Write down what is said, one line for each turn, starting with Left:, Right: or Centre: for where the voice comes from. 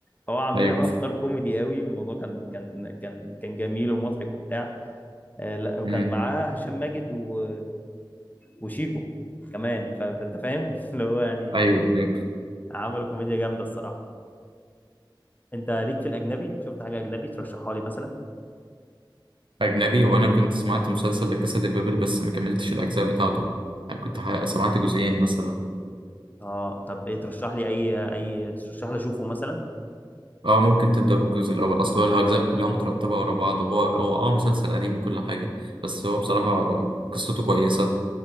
Left: فهو عاملينها
Right: أيوه
Left: بقى في اطار كوميدي قوي الموضوع كان كان كان كان جميل ومضحك وبتاع آه لا وكان
Right: امم
Left: معاه هشام ماجد و... وشيكو كمان ف... فانت فاهم <laughs> اللي هو يعني
Right: أيوه أيوه.
Left: عملوا كوميديا جامده الصراحه انت ليك في الاجنبي شفت حاجه اجنبي ترشحها لي مثلا
Right: أجنبي وأنا كنت سمعت مسلسل لا كاسا دي بابل بس ما كملتش الأجزاء بتاعته يعني كنت ح- سمعت جزئين مثلا
Left: اه طب ايه ترشح لي اي اي ترشح لي اشوفه مثلا
Right: أه ممكن تبدأ بالجزء الأول أصل هو الأجزاء كلها مترتبة ورا بعض وهو هو أه مسلسل قديم وكل حاجة بس هو بصراحة قصته كويسة